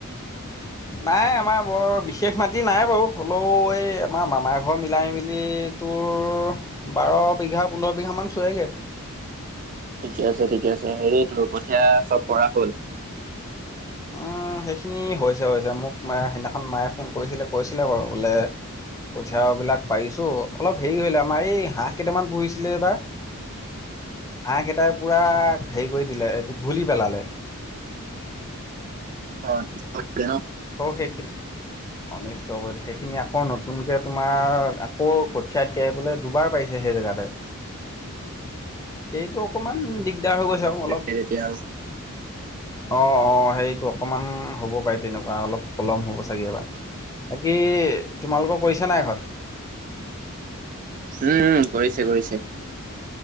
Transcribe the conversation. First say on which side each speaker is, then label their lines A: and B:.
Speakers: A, on the left; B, on the right.
A: নাই আমাৰ বৰ বিশেষ মাটি নাই বাৰু হ'লেও এই আমাৰ মামাৰ ঘৰ মিলাই মেলি তোৰ বাৰ বিঘা পোন্ধৰ বিঘা মান চোৱগে।
B: ঠিকে আছে ঠিকে আছে হেৰিতো কঠীয়া চব পৰা হল।
A: উ। সেইখিনি হৈছে হৈছে মোক ম সেইদিনাখন মায়ে ফোন কৰিছিলে কৈছিলে বাৰু বোলে কঠিয়া বিলাক পাৰিছো অলপ হেৰি হৈল আমাৰ এই হাঁহ কেইটামান পুহিছিলে এইবাৰ হাঁহ কেইটাই পুৰা হেৰি কৰি দিলে এইটো ঘুলি পেলালে <unintelligible>
B: অ <unintelligible>
A: অ সেইখিন। অনিষ্ট কৰি সেইখিনি আকৌ নতুনকে তোমাৰ আকৌ কঠিয়া তিয়াই বোলে দুবাৰ পাইছে। সেই জাগাতে। সেইটো অকণমান দিগদাৰ হৈ গৈছে আৰু অলপ
B: তেতিয়া আৰু
A: অ' অ' সেইটো অকমান হ'ব পাৰে তেনেকুৱা অলপ পলম হ'ব চাগে এইবাৰ। বাকি তোমালোকৰ কৰিছে নে নাই এইখন
B: উম উম কৰিছে কৰিছে।